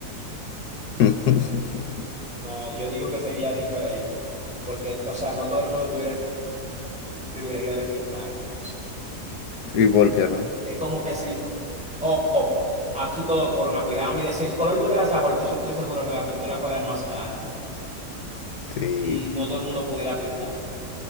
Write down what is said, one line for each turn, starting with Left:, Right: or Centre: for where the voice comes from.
Left: <laughs>
Centre: No, yo digo que sería diferente, porque, o sea, no todo el mundo tuviera el privilegio de pintar, entonces.
Left: ¿Y por qué no?
Centre: Es como que si, oh, oh, aquí todo por una pirámide, si el color tuviera sabor, entonces estoy seguro que la pintura fuera más cara
Left: Sí,
Centre: y no todo el mundo pudiera pintar.